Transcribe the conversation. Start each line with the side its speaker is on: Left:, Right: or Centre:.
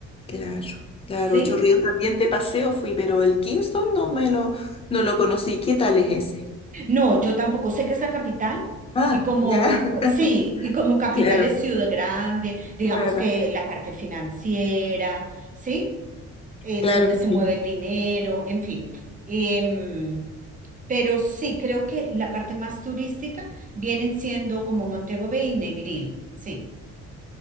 Left: Claro, claro,
Right: ¿Sí?
Left: Ocho Ríos también de paseo fui, pero el Kingston no me lo, no lo conocí. ¿Qué tal es ese?
Right: No, yo tampoco sé qué es la capital.
Left: Ah,
Right: Y como,
Left: ya, <laughs>
Right: co- sí, y como capital
Left: claro,
Right: es Ciudad Grande, digamos
Left: claro,
Right: que la parte financiera, ¿sí? Eh,
Left: claro
Right: donde
Left: que
Right: se
Left: sí.
Right: mueve el dinero, en fin. Em, pero sí, creo que la parte más turística vienen siendo como Montego Bay y Negril, sí.